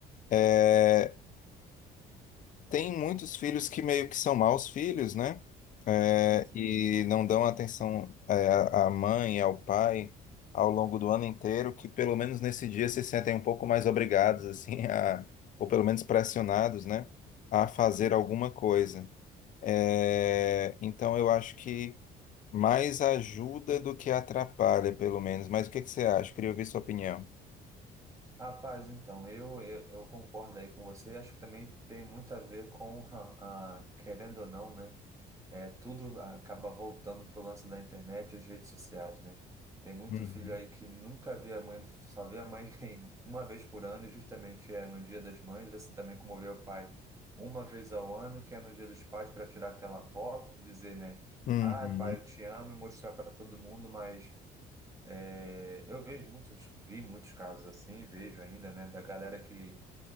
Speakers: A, on the left; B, on the right.
A: é, Tem muitos filhos que meio que são maus filhos, né? É,
B: uhum.
A: e não dão atenção é, à mãe, ao pai, ao longo do ano inteiro, que pelo menos nesse dia se sentem um pouco mais obrigados, assim, <laughs> a, ou pelo menos pressionados, né, a fazer alguma coisa. É, então eu acho que mais ajuda do que atrapalha, pelo menos. Mas o que que você acha? Queria ouvir sua opinião.
B: Rapaz, então, eu, eu, eu concordo aí com você. Acho que também tem muito a ver com, a, a- querendo ou não, né? É, tudo acaba voltando pro lance da internet e as redes sociais, né? Tem muito
A: Uhum.
B: filho aí que nunca vê a mãe, só vê a mãe <laughs> uma vez por ano, e justamente é no Dia das Mães, assim também como vê o pai uma vez ao ano, que é no Dia dos Pais, para tirar aquela foto, dizer, né?
A: Uhum.
B: Ah, pai, eu te amo e mostrar para todo mundo, mas é, eu vejo muitos, vi muitos casos assim, vejo ainda, né? Da galera que